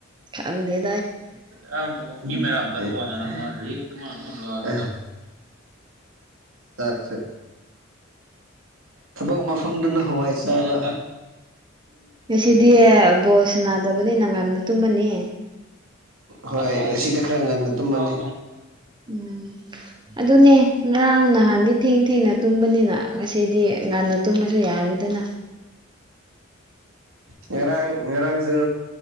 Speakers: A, on the right; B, on the right.
A: ꯈꯪꯗꯦ
B: ꯌꯥ ꯀꯀꯣ ꯍ ꯃ ꯔꯝꯣ ꯔꯦꯂꯔꯦ ꯁꯥꯠꯆ ꯊꯕꯛ ꯃꯐꯝꯗꯨꯅ ꯍꯋꯥꯏ ꯆꯥꯔ
A: ꯉꯁꯤꯗꯤ ꯕꯣꯁ ꯅꯥꯗꯕꯅꯤ ꯅꯉꯥꯟꯅ ꯇꯨꯝꯃꯅꯤ
B: ꯍꯣꯏ ꯁꯤꯗ ꯈꯔ ꯉꯟꯅ ꯇꯨꯝꯃꯅꯤ
A: ꯎꯝ ꯑꯗꯨꯅꯦ ꯉꯔꯥꯡ ꯅꯍꯥꯟꯗꯤ ꯊꯦꯡꯅ ꯊꯦꯡꯅ ꯇꯨꯝꯕꯅꯤꯅ ꯉꯁꯤꯗꯤ ꯉꯟꯅ ꯇꯨꯝꯕꯁꯨ ꯌꯥꯔꯤꯗꯅ
B: ꯉꯔꯥꯡ ꯉꯔꯥꯡꯁꯨ